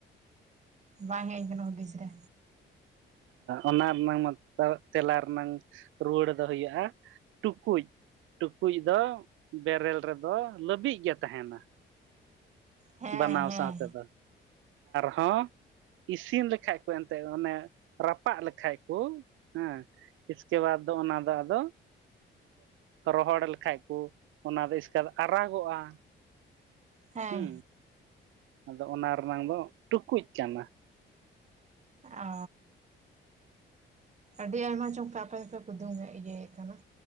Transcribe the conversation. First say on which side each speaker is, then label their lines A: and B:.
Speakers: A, on the right; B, on the right.
A: ᱵᱟᱝ ᱦᱮᱜ ᱟᱹᱧᱠᱟᱱᱟ ᱦᱩᱫᱤᱥ ᱨᱮ
B: ᱚᱱᱟ ᱨᱮᱱᱟᱝ ᱢᱟ ᱛᱮᱞᱟ ᱨᱮᱱᱟᱝ ᱨᱩᱣᱟᱹᱲ ᱫᱚ ᱦᱩᱭᱩᱜ-ᱟ ᱴᱩᱠᱩᱭᱡ ᱴᱩᱠᱩᱭᱜ ᱫᱚ ᱵᱮᱨᱮᱞ ᱨᱮᱫᱚ ᱞᱟᱹᱵᱤᱜ ᱜᱮ ᱛᱟᱦᱮᱱᱟ
A: ᱦᱮᱸ
B: ᱵᱟᱱᱟᱣ
A: ᱦᱮᱸ
B: ᱥᱟᱶᱛᱮ ᱫᱚ ᱦᱚᱸ ᱤᱥᱤᱱ ᱞᱮᱠᱷᱟᱡ ᱠᱚ ᱮᱱᱛᱮᱫ ᱚᱱᱮ ᱨᱟᱯᱟᱜ ᱞᱮᱠᱷᱟᱭᱜ ᱠᱚ ᱦᱮᱸ ᱤᱥᱠᱮ ᱵᱟᱫᱽ ᱫᱚ ᱚᱱᱟ ᱫᱚ ᱟᱫᱚ ᱨᱚᱦᱚᱲ ᱞᱮᱠᱷᱟᱭᱜ ᱠᱚ ᱚᱱᱟ ᱫᱚ ᱮᱥᱠᱟᱹ ᱫᱚ ᱟᱨᱟᱜᱚᱜ-ᱟ
A: ᱦᱮᱸ
B: ᱦᱩᱸ ᱟᱫᱚ ᱚᱱᱟ ᱨᱮᱱᱟᱝ ᱫᱚ ᱴᱩᱠᱩᱡ ᱠᱟᱱᱟ
A: ᱚ ᱟᱹᱰᱤ ᱟᱭᱢᱟ ᱪᱚᱝ ᱯᱮ ᱟᱯᱮ ᱫᱚᱯᱮ ᱠᱩᱫᱩᱢ ᱮᱫ ᱤᱭᱟᱹᱭᱮᱫ ᱠᱟᱱᱟ᱾